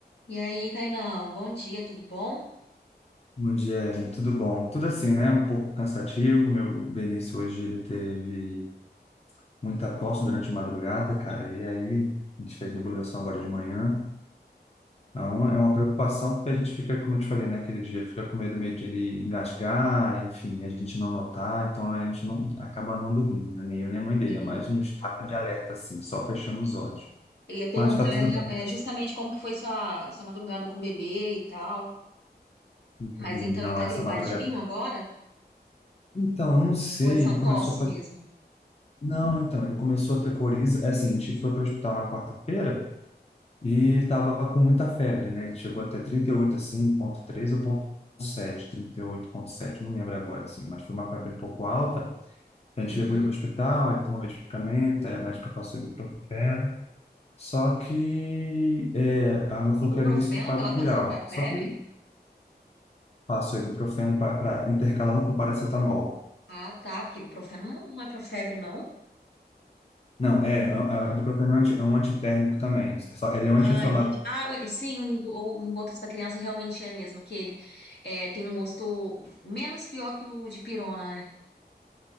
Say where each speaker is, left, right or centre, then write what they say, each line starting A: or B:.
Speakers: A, on the left; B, on the left.
A: E aí, Kainan, bom dia, tudo bom?
B: Bom dia, Evelyn. Tudo bom? Tudo assim, né? Um pouco cansativo. Meu Benício hoje ele teve muita tosse durante a madrugada, cara. E aí a gente fez nebulização agora de manhã. Então é uma preocupação porque a gente fica, como eu te falei, né? Aquele dia fica com medo meio de ele engasgar, enfim, a gente não notar. Então a gente não acaba não dormindo, né? Nem eu nem a mãe dele,
A: Sim.
B: é mais no estado de alerta, assim, só fechando os olhos.
A: Eu ia perguntar
B: Mas tá tudo bem, graças
A: é, justamente como que foi sua, sua madrugada com o bebê e tal.
B: a
A: Mas
B: Deus.
A: então
B: Não,
A: ele tá
B: essa
A: gripadinho
B: madrugada.
A: agora?
B: Então, eu não sei.
A: Ou é só
B: Ele
A: tosse
B: começou a fazer
A: mesmo?
B: Não, então, ele começou a ter coriza. É assim, a gente foi para o hospital na quarta-feira e ele estava com muita febre, né? Ele chegou até 38 assim, ponto 3, ou ponto sete, trinta e oito ponto 7, não lembro agora, assim, mas foi uma febre um pouco alta. A gente
A: Uhum.
B: levou ele para o hospital, ele tomou medicamento, aí a médica passou ibuprofeno. Só que é, a minha falou
A: Ibuprofeno
B: que era início de quadro
A: que ela passou
B: viral.
A: pra febre?
B: Só que ele passou ibuprofeno para intercalando com paracetamol.
A: Ah, tá, porque ibuprofeno não, não é pra febre, não.
B: Não, é, a, a ibuprofeno é um anti- é um antitérmico também. É Só- Ele é um
A: Ah,
B: anti-inflamatório
A: entendi. Ah, ui, sim, um go- em gotas pra criança realmente é mesmo, que ele é, tem um gosto menos pior que o de pirona, né?